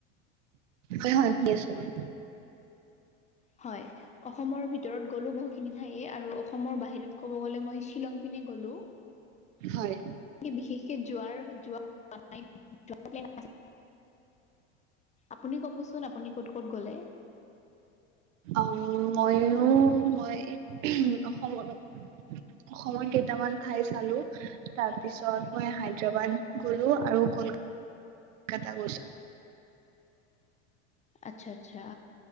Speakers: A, on the right (about 85°); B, on the left (about 20°).
A: হয়, হয়, শুনি আছোঁ মই।
B: হয়, অসমৰ ভিতৰত গ'লো বহুতখিনি ঠাইয়ে আৰু অসমৰ বাহিৰত ক'ব গ'লে মই শ্বিলংপিনে গ'লো।
A: হয়,
B: বিশেষকে যোৱাৰ, যোৱা <unintelligible> আপুনি ক'বচোন, আপুনি ক'ত, ক'ত গ'লে?
A: অম, ময়ো মই অসমলৈ <unintelligible> অসমৰ কেইটামান ঠাই চালোঁ। তাৰপিছত মই হায়দাৰাবাদ গ'লো আৰু কল কাতা গৈছোঁ।
B: আচ্ছা, আচ্ছা।